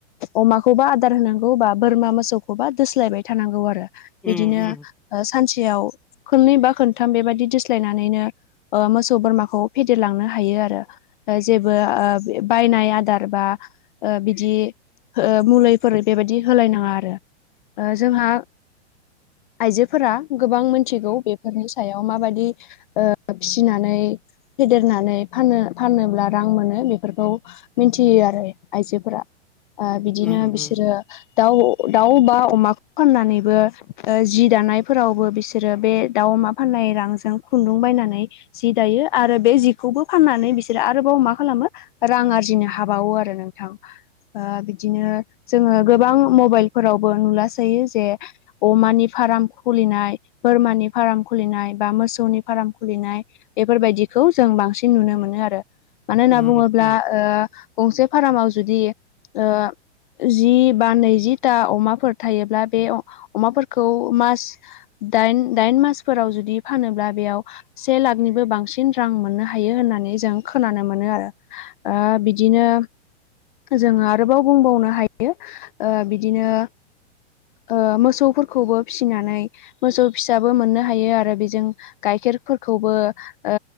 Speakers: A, on the left (about 45°); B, in the centre.
A: अमाखौबा आदार होनांगौ बा बोरमा मोसौखौबा दोस्लायबाय थानांगौ आरो। बिदिनो
B: उम उम
A: ओ सानसेयाव खोननै बा खोनथाम बेबायदि दोस्लायनानै। नैनो ओ मोसौ बोरमाखौ फेदेरलांनो हायो आरो। जेबो ओ बे बायनाय आदार बा ओ बिदि। ओ मुलिफोर बेबायदि होलायनांङा आरो ओ जोंहा। आइजोफोरा गोबां मोनथिगौ बेफोरनि सायाव माबायदि। ओ फिसिनानै। फेदेरनानै फाननो फानोब्ला रां मोनो बेफोरखौ मिन्थियो आरो आइजोफोरा। ओ बिदिनो
B: उम
A: बिसोरो।
B: उम
A: दाउ दाउ बा अमाखौ फाननानैबो जि दानायफोरावबो बिसो रो बे दाउ अमा फाननाय रांजों खुन्दुं बायनानै जि दायो आरो बे जिखौबो फाननानै बिसोरो आरोबाव मा खालामो। रां आरजिनो हाबावो आरो नोंथां। बा बिदिनो जोंङो गोबां मबाइलफोरावबो नुलासोयो जे। अमानि फार्म खुलिनाय बोरमानि फार्म खुलिनाय बा मोसौनि। फाराम खुलिनाय बेफोरबायदिखौ जों बांसिन नुनो मोनो आरो। मानो होनना
B: उम
A: बुङोब्ला
B: उम
A: ओ गंसे फारामाव जुदि ओ। जि बा नैजिथा अमाफोर थायोब्ला बे अमाफोरखौ मास। दाइन दाइन मासफोराव जुदि फानोब्ला बेयाव। से लाखनिबो बांसिन रां मोननो हायो होननानै जों खोनानो मोनो आरो। ओ बिदिनो। जोंङो आरोबाव बुंबावनो हायो ओ बिदिनो। ओ मोसौफोरखौबो फिसिनानै। मोसौ फिसाबो मोननो हायो आरो बेजों गाइखेरफोरखौबो। ओ